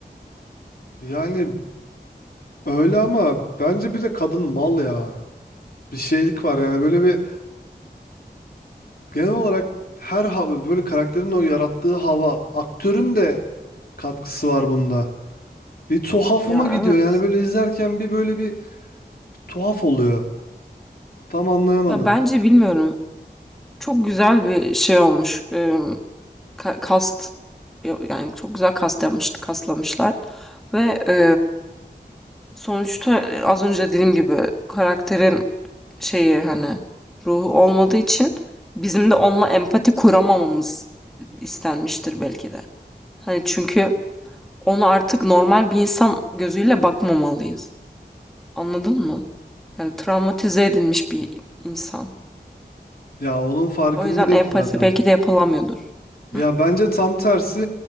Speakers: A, on the left; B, in the centre.
A: Yani öyle ama bence bir de kadın mal ya. Bir şeylik var yani böyle bir genel olarak her hava böyle karakterin o yarattığı hava aktörün de katkısı var bunda. Bir tuhafıma
B: Ya
A: gidiyor
B: evet.
A: yani böyle izlerken bir böyle bir tuhaf oluyor. Tam anlayamadım.
B: Ya bence bilmiyorum. Çok güzel bir şey olmuş. Em, ka- kast yani çok güzel kast yapmış, kaslamışlar ve e, sonuçta e, az önce dediğim gibi karakterin şeyi hani ruhu olmadığı için bizim de onunla empati kuramamamız istenmiştir belki de. Hani çünkü ona artık normal bir insan gözüyle bakmamalıyız. Anladın mı? Yani travmatize edilmiş bir insan.
A: Ya onun farkındayım
B: O yüzden empati
A: zaten.
B: belki de yapılamıyordur.
A: Ya
B: Hı.
A: bence tam tersi